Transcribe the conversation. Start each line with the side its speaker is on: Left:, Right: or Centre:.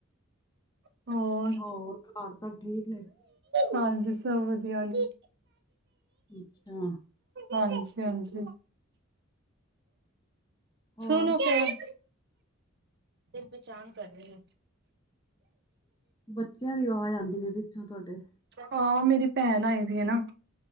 Right: ਹੋਰ
Left: ਹੋਰ ਘਰ ਸਭ ਠੀਕ ਨੇ।
Right: ਹਾਂਜੀ ਸਭ ਵਧੀਆ ਜੀ।
Left: ਅੱਛਾ।
Right: ਹਾਂਜੀ- ਹਾਂਜੀ।
Left: ਹੋਰ
Right: ਚਲੋ ਫਿਰ ਫਿਰ ਪਹਿਚਾਣ ਕਰ ਰਹੀ ਹੈ।
Left: ਬੱਚਿਆਂ ਦੀ ਆਵਾਜ਼ ਆਉਂਦੀ ਪਈ ਪਿੱਛੋਂ ਤੁਹਾਡੇ।
Right: ਹਾਂ। ਮੇਰੀ ਭੈਣ ਆਈ ਦੀ ਆ ਨਾ।